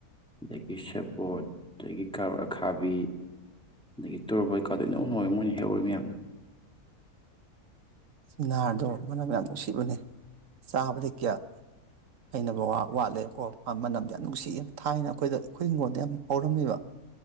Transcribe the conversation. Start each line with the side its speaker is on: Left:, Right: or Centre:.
Centre: ꯑꯗꯒꯤ ꯁꯦꯄꯣꯠ ꯑꯗꯒꯤ ꯀꯔꯣꯠ ꯈꯥꯕꯤ ꯑꯗꯒꯤ ꯇꯣꯔꯕꯠꯀꯥꯗꯣꯏꯅꯧ ꯅꯋꯦ ꯃꯣꯏꯅ ꯍꯩꯛꯍꯧꯔꯤ ꯃꯌꯥꯝꯗꯣ
Right: ꯆꯤꯍꯔꯗꯣ ꯃꯅꯝ ꯌꯥꯝ ꯅꯨꯡꯁꯤꯕꯅꯦ ꯆꯥꯕꯗ ꯀꯌꯥ ꯍꯩꯅꯕ ꯋꯥꯠꯂꯦꯕꯀꯣ ꯃꯥ ꯃꯅꯝꯗꯤ ꯌꯥꯝ ꯅꯨꯡꯁꯤ ꯌꯥꯝ ꯊꯥꯏꯅ ꯑꯩꯈꯣꯏꯗ ꯑꯩꯈꯣꯏ ꯍꯤꯡꯒꯣꯜꯗ ꯌꯥꯝ ꯍꯧꯔꯝꯃꯤꯕ